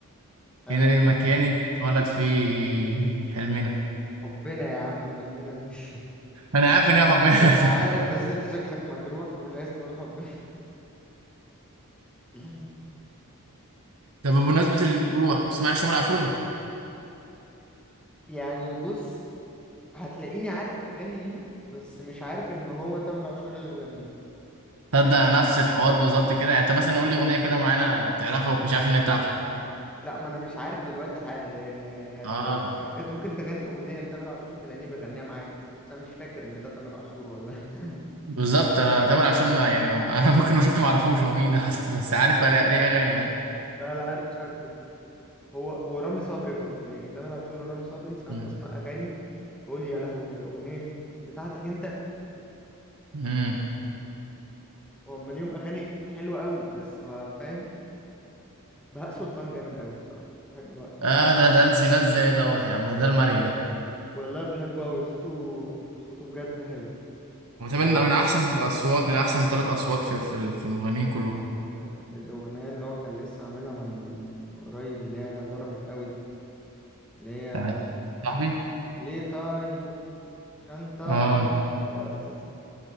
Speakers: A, in the centre; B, on the right.
A: <laughs> ايوه
B: هنا للمكان اللي اتولد فيه حلمنا
A: حبنا يا عم حلمنا مين <laughs>
B: انا عارف ان هي حبنا
A: ما انا عارف بس انت شكلك مجروح فمش عايز تقول حبنا <laughs>
B: <laughs> طب
A: وف-
B: بمناسبة الجروح ما بتسمعش تامر عاشور؟
A: يعني بص هتلاقيني عارف اغاني ليه بس مش عارف ان هو تامر عاشور اللي مغنيها
B: تصدق نفس الحوار بالظبط كده يعني انت مثلا قول لي اغنية كده معينة تعرفها ومش عارف ان هي بتاعته
A: لا ما انا مش عارف دلوقتي حالا يعني يعني
B: اه
A: هتلاقي <laughs> انت ممكن تغني اغنيه لتامر عاشور تلاقيني بغنيها معاك بس انا مش فاكر ان ده تامر عاشور ولا <laughs>
B: بالظبط انا تامر عاشور ما يعني ما <laughs> انا ممكن لو شفت ما اعرفوش هو مين ده اصلا بس عارف ليه ليه اغاني فاهم
A: لا لا عارف شكله هو ورامي صبري برضو يعني تامر عاشور ورامي صبري ساعات
B: مم.
A: بسمع اغاني بقول يا لهوي يا الاغنيه دي بتاعتك انت
B: مم.
A: وهم ليهم اغاني حلوه قوي بس ما فاهم بهاء سلطان جامد قوي الصراحه بحب بهاء سلطان
B: اه ده ده نسي ناس زي دوت يا عم ده ده الملك ده
A: والله بحبه قوي صوته صوته بجد حلو
B: وطبعا
A: يعني
B: من احسن الاصوات من احسن ثلاث اصوات في في في المغنيين كلهم
A: الأغنية اللي هو كان لسه عاملها من من قريب اللي هي ضربت قوي دي اللي هي
B: بتاعت صاحبي
A: ع- ليه طيب عشان طيب
B: اه
A: يا ز-